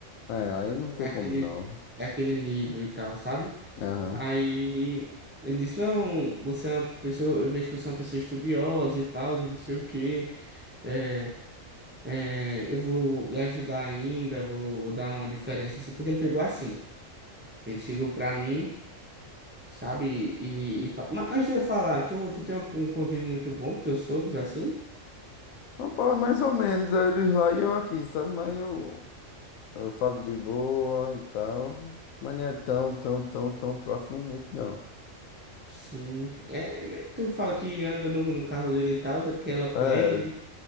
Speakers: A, on the left (about 85°); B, on the right (about 15°).
A: É, aí não tem
B: daquele,
A: como não.
B: daquele nível e tal, sabe?
A: Aham.
B: Aí ele disse, não, você é uma pessoa, eu vejo que você é uma pessoa estudiosa e tal, e não sei o quê, é, é, eu vou lhe ajudar ainda, vou, vou dar uma diferença, assim, porque ele pegou assim, ele chegou pra mim, sabe, e, e fa- Mas antes de eu falar, tu, tu tem um um convívio muito bom com teus sogros, assim?
A: Rapaz, é mais ou menos, aí eles lá e eu aqui, sabe? Mas eu, eu falo de boa e tal. Mas não é tão, tão, tão, tão próximo muito, não.
B: Sim, é, mas tu fala que anda no, no carro dele e tal, é porque ela pede,
A: É,